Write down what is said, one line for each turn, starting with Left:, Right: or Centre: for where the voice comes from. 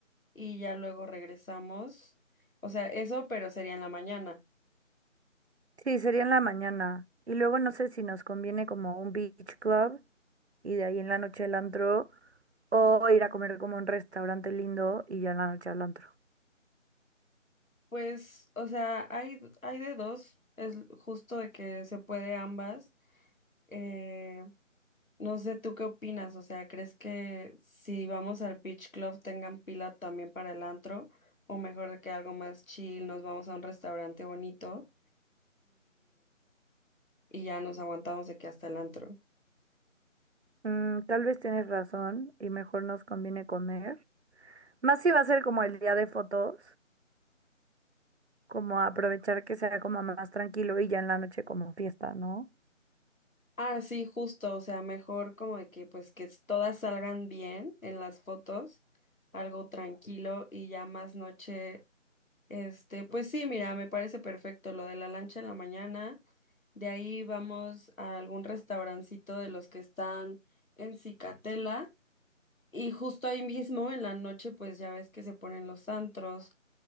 Left: y ya luego regresamos. O sea, eso, pero sería en la mañana.
Right: sí, sería en la mañana. Y luego no sé si nos conviene como un beach club y de ahí en la noche el antro o ir a comer como a un restaurante lindo y ya en la noche al antro.
Left: Pues, o sea, hay, hay de dos. Es justo de que se puede ambas. Eh, no sé, ¿tú qué opinas? O sea, ¿crees que si vamos al Beach Club tengan pila también para el antro? O mejor de que algo más chill, nos vamos a un restaurante bonito. y ya nos aguantamos de que hasta el antro.
Right: Mm, tal vez tienes razón y mejor nos conviene comer. Más si va a ser como el día de fotos, como aprovechar que sea como más tranquilo y ya en la noche como fiesta, ¿no?
Left: Ah, sí, justo, o sea, mejor como de que pues que todas salgan bien en las fotos, algo tranquilo y ya más noche, este, pues sí, mira, me parece perfecto lo de la lancha en la mañana, de ahí vamos a algún restaurancito de los que están en Cicatela y justo ahí mismo en la noche pues ya ves que se ponen los antros.